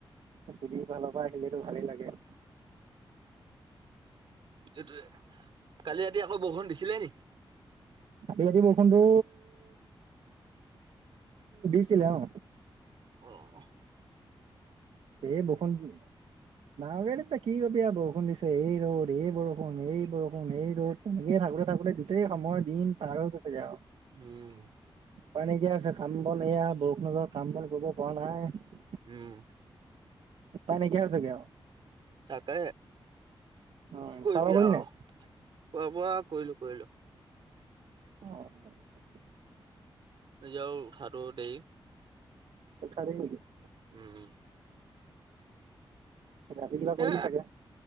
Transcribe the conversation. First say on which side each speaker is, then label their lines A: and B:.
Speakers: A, on the right; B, on the right.
A: ক ফালৰ পৰা আহিলেতো ভালেই লাগে।
B: সেইটোৱে কালি ৰাতি আকৌ বৰষুণ দিছিলে নি
A: ইয়াতি বৰষুণতো দিছিলে অ।
B: অহ'
A: এই বৰষুণ ডাঙৰ কে দিছে কি বেয়া বৰষুণ দিছে, এই ৰ'দ, এই বৰষুণ, এই বৰষুণ, এই ৰ'দ এনেকে থাকোতে থাকোতে গোটই সময় দি টিন পাৰ হৈ গৈছে গে আৰু।
B: উম।
A: উপায় নাইকিয়া হৈছে কাম বন এইয়া বৰষুণৰ বতৰত কাম বন কৰিব পৰা নাই।
B: উম।
A: উপায় নাইকিয়া হৈছে গে আৰু।
B: তাকেহে
A: অ',
B: কি কৰিবি
A: খোৱা বোৱা কৰিলি
B: আৰু
A: নাই?
B: খোৱা বোৱা? কৰিলোঁ। কৰিলোঁ।
A: অ'।
B: আজি আও উঠাটো দেৰি।
A: উঠা দেৰি নেকি?
B: উম।
A: ৰাতি কিবা কৰিলি
B: এ
A: চাগে